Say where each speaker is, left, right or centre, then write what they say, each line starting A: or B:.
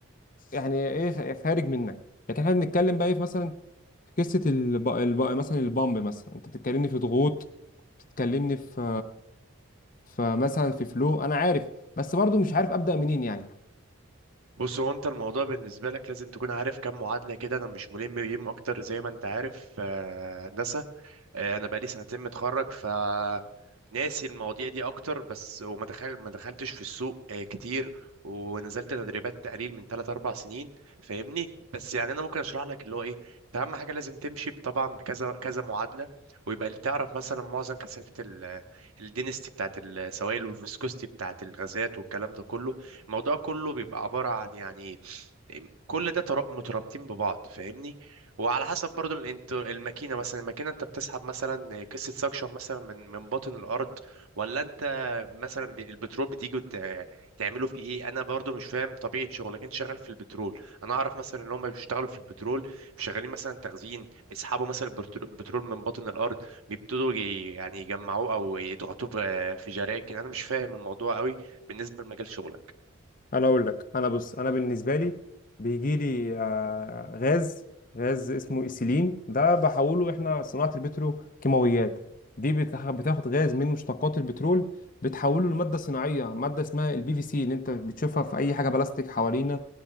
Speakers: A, on the left; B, on the right.
A: يعني ايه خارج منك لكن احنا بنتكلم بقى إيه في مثلا في قصه الب... الب... مثلا البامب مثلا انت بتتكلمني في ضغوط بتتكلمني في فمثلا في فلو انا عارف بس برضو مش عارف ابدا منين يعني
B: بص هو أنت الموضوع بالنسبة لك لازم تكون عارف كم معادلة كده أنا مش ملم بيهم أكتر زي ما أنت عارف آه، هندسة آه، انا بقالي سنتين متخرج ف ناسي المواضيع دي اكتر بس وما دخل ما دخلتش في السوق آه، كتير ونزلت تدريبات تقليل من 3 4 سنين فاهمني بس يعني انا ممكن اشرح لك اللي هو ايه انت اهم حاجه لازم تمشي طبعا بكذا كذا معادله ويبقى اللي تعرف مثلا معظم كثافه ال- الدينستي بتاعت السوائل والفيسكوستي بتاعت الغازات والكلام ده كله الموضوع كله بيبقى عباره عن يعني كل ده تر- مترابطين ببعض فاهمني وعلى حسب برضو ال- انت الماكينه مثلا الماكينه انت بتسحب مثلا قصه سكشن مثلا من من باطن الارض ولا انت مثلا ب- البترول بتيجي وت- تعملوا فيه ايه انا برضو مش فاهم طبيعه شغلك انت شغال في البترول انا اعرف مثلا ان هم بيشتغلوا في البترول شغالين مثلا تخزين بيسحبوا مثلا البترو- البترول من باطن الارض بيبتدوا ي- يعني يجمعوه او يضغطوه في في جراكن انا مش فاهم الموضوع قوي بالنسبه لمجال شغلك
A: انا اقول لك انا بص انا بالنسبه لي بيجي لي آه، غاز غاز اسمه ايثيلين ده بحوله احنا صناعه البترو كيماويات دي بتاخ- بتاخد غاز من مشتقات البترول بتحوله لماده صناعيه ماده اسمها البي في سي اللي انت بتشوفها في اي حاجه بلاستيك حوالينا